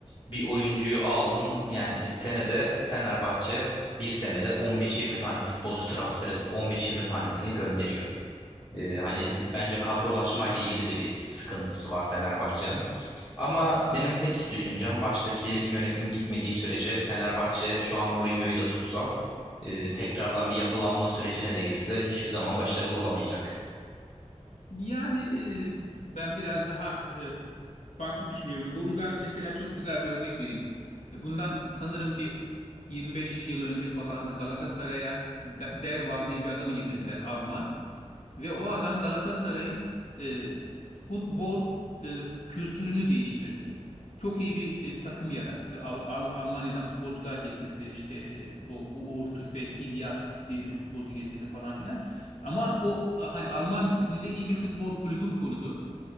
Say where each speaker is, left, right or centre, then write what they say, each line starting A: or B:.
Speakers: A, on the left; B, on the left.
A: bir oyuncuyu aldın yani bir senede Fenerbahçe bir senede 15-20 tane futbolcu transfer edip 15-20 tanesini gönderiyor. Ee, hani bence kadrolaşma ile ilgili de bir sıkıntısı var Fenerbahçe'nin. Ama benim tek düşüncem baştaki yönetim gitmediği sürece Fenerbahçe şu an Mourinho'yu da tutsa e, tekrardan bir yapılanma sürecine de girse hiçbir zaman başarılı olamayacak.
B: Yani e, ben biraz daha e, farklı düşünüyorum. Bundan mesela çok güzel bir örnek vereyim. E, Bundan sanırım bir 25 yıl önce falandı Galatasaray'a De- Derwall diye bir adamı getirdiler Alman. Ve o adam Galatasaray'ın e, futbol e, kültürünü değiştirdi. Çok iyi bir e, takım yarattı. Al- Al- Almanya'dan futbolcular getirdi. İşte e, o U- Uğur Tüfek, İlyas diye bir futbolcu getirdi falan filan. Ama o a, hani Alman disipliniyle iyi bir futbol kulübü kurdu.